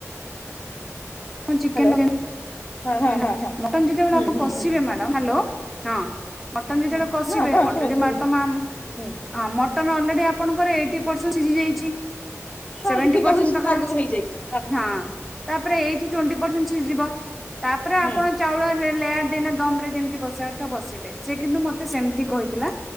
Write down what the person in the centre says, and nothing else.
ମୁଁ ଚିକେନ୍
ହେଲା
ମଟନ୍ ଯେତେବେଳେ
ଆପଣ
କସିବେ
ମ୍ୟାଡ଼ାମ ହ୍ୟାଲୋ
ହଁ। ମଟନ୍ ଯେତେବେଳେ
କଷିବେ
ଅଲରେଡି
ମଟନ୍ ଆମ
ହଁ ମଟନ୍ ଅଲରେଡ଼ି ଆପଣଙ୍କର ଏଇଟି ପରସେଣ୍ଟ ସିଝି ଯାଇଛି।
ସେଭେଣ୍ଟି
ପରସେଣ୍ଟ
ପାଖ
ହେଇଚି
ହଁ ତାପରେ ଏଇଠି ଟ୍ୱଣ୍ଟି ପରସେଣ୍ଟ ସିଜିବ। ତାପରେ ଆପଣ
ଚାଉଳ ଲେୟାର ଦେଇକିନା ଦମରେ ଯେମିତି ବସେଇବା କଥା ବସେଇବେ ସେ କିନ୍ତୁ ମତେ ସେମିତି କହିଥିଲା।